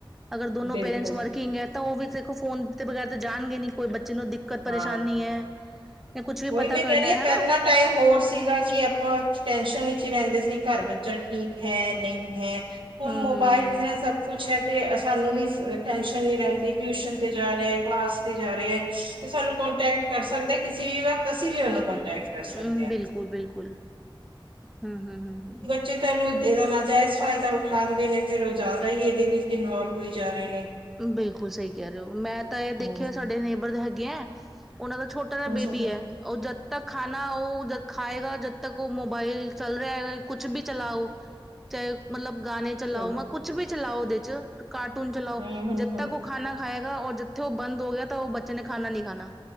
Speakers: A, in the centre; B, on the right.
A: ਅਗਰ ਦੋਨੋ
B: ਬਿਲਕੁਲ
A: ਪੇਰੈਂਟਸ ਵਰਕਿੰਗ ਹੈ ਤਾਂ ਉਹ ਵੀ ਦੇਖੋ ਫੋਨ ਦੇ ਬਗੈਰ ਤਾਂ ਜਾਣਗੇ ਨੀ ਕੋਈ ਬੱਚੇ ਨੂੰ ਘਰ ਪਰੇਸ਼ਾਨੀ
B: ਹਾਂਜੀ
A: ਹੈ ਜਾਂ ਕੁੱਛ ਵੀ
B: ਉਹੀ
A: ਪਤਾ
B: ਮੈਂ
A: ਕਰਨਾ
B: ਕਹਿ ਰਹੀ
A: ਹੈ
B: ਹਾਂ ਪਹਿਲਾਂ
A: ਹਨਾ।
B: ਟਾਈਮ ਹੋਰ ਸੀਗਾ ਕਿ ਆਪਾਂ ਟੈਨਸ਼ਨ ਚ ਰਹਿੰਦੇ ਸੀ ਘਰ ਬੱਚਾ ਠੀਕ ਹੈ ਨਹੀਂ ਹੈ ਹੁਣ
A: ਹੂੰ
B: ਮੋਬਾਈਲ
A: ਹੂੰ
B: ਹੈ ਸਭ ਕੁਛ ਹੈ ਤੇ ਸਾਨੂੰ ਵੀ ਟੈਨਸ਼ਨ ਨੀ ਰਹਿੰਦੀ ਟਿਊਸ਼ਨ ਤੇ ਜਾ ਰਿਹਾ ਹੈ ਕਲਾਸ ਤੇ ਜਾ ਰਿਹਾ ਹੈ ਤੇ ਸਾਨੂੰ ਕੋਂਟੈਕਟ ਕਰ ਸਕਦੇ ਕਿਸੇ ਵੀ ਵਕਤ ਅਸੀਂ ਵੀ ਉਹਨੂੰ ਕੋਂਟੈਕਟ ਕਰ ਸਕਦੇ
A: ਹੂੰ
B: ਹਾਂ
A: ਬਿਲਕੁਲ ਬਿਲਕੁਲ ਹੂੰ ਹੂੰ ਹੂੰ
B: ਜੀ ਤੈਨੂੰ ਇਹਦਾ ਨਾਜਾਇਜ਼ ਫਾਇਦਾ ਉਠਾਂਦੇ ਨੇ ਫਿਰ ਉਹ ਜ਼ਿਆਦਾ ਹੀ ਇਹਦੇ ਵਿੱਚ ਇਨਵਲਵ ਹੋਈ ਜਾ ਰਹੇ ਨੇ
A: ਬਿਲਕੁਲ ਸਹੀ ਕਹਿ ਰਹੇ ਹੋ ਮੈਂ ਤਾਂ ਇਹ ਦੇਖਿਆ
B: ਹਮ
A: ਸਾਡੇ ਨੇਬਰ ਹੈਗੇ ਹੈ ਉਹਨਾਂ ਦਾ ਛੋਟਾ
B: ਹਮ
A: ਬੇਬੀ
B: ਹਮ ਹਮ।
A: ਹੈ ਉਹ ਜਦ ਤੱਕ ਖਾਣਾ ਉਹ ਖਾਏਗਾ ਜਦ ਤੱਕ ਉਹ ਮੋਬਾਈਲ ਚੱਲ ਰਿਹਾ ਹੈਗਾ ਕੁੱਛ ਵੀ ਚਲਾਓ ਚਾਹੇ ਮਤਲਬ ਗਾਣੇ ਚਲਾਓ
B: ਬਿਲਕੁਲ
A: ਮ ਕੁਛ ਵੀ ਚਲਾਓ ਉਹਦੇ ਚ ਕਾਰਟੂਨ ਚਲਾਓ
B: ਹਮ ਹਮ
A: ਜਦ
B: ਹਮ
A: ਤੱਕ ਉਹ ਖਾਣਾ ਖਾਏਗਾ ਔਰ ਜਿੱਥੇ ਉਹ ਬੰਦ ਹੋ ਗਿਆ ਤਾਂ ਉਹ ਬੱਚੇ ਨੇ ਖਾਣਾ ਨਹੀਂ ਖਾਣਾ